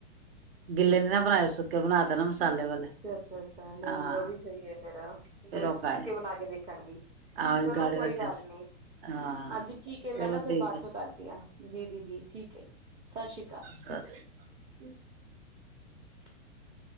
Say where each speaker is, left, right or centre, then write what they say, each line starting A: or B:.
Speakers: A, on the right; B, on the right.
A: ਗਿੱਲੇ ਨੀ ਨਾ ਬਣਾਏ, ਸੁੱਕੇ ਬਣਾ ਤੇ ਨਾ ਮਸਾਲੇ ਵਾਲੇ
B: ਅੱਛਾ-ਅੱਛਾ, ਨਹੀਂ-ਨਹੀਂ,
A: ਹਾਂ
B: ਉਹ ਵੀ ਸਹੀ ਹੈ ਤੇਰਾ,
A: ਫੇਰ
B: ਮੈਂ ਵੀ
A: ਉਹ
B: ਸੁੱਕੇ
A: ਖਾਏ
B: ਬਣਾ ਕੇ ਦੇਖਾਂਗੀ।
A: ਆਹੋ
B: ਚਲੋ
A: ਗਾੜੇ
B: ਕੋਈ
A: ਰੱਖੇ
B: ਗੱਲ
A: ਸੀ
B: ਨੀ
A: ਹਾਂ
B: ਹਾਂਜੀ ਠੀਕ ਹੈ ਮੈਂ
A: ਚਲੋ
B: ਨਾ ਫਿਰ
A: ਠੀਕ
B: ਬਾਅਦ
A: ਹੈ।
B: ਚੋਂ ਕਰਦੀ ਹਾਂ, ਜੀ ਜੀ ਜੀ, ਠੀਕ ਹੈ ਜੀ ਸਤਿ ਸ਼੍ਰੀ ਅਕਾਲ।
A: <unintelligible> ਸਸਰੀ,
B: <inaudible>